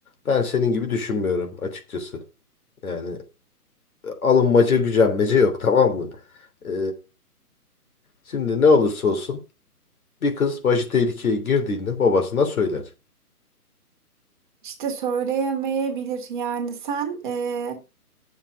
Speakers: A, on the left; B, on the right.
A: Ben senin gibi düşünmüyorum açıkçası. Yani alınmaca gücenmece yok tamam mı? Ee, şimdi ne olursa olsun bir kız başı tehlikeye girdiğinde babasına söyler.
B: İşte söyleyemeyebilir. Yani sen eee,